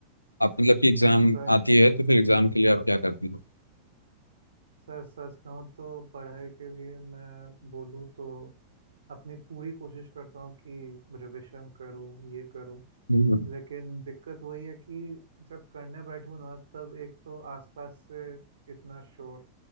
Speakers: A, on the left (about 80°); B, on the right (about 65°).
A: आप मतलब कि एग्जाम
B: सर
A: आती है तो फिर एग्जाम के लिए आप क्या करते हैं
B: सर सच कहूँ तो पढ़ाई के लिए मैं बोलूँ तो अपनी पूरी कोशिश करता हूँ कि रिवीजन करूँ ये करूँ
A: हम्म।
B: लेकिन दिक्कत वही है कि जब करने बैठूँ ना तब एक तो आसपास से इतना शोर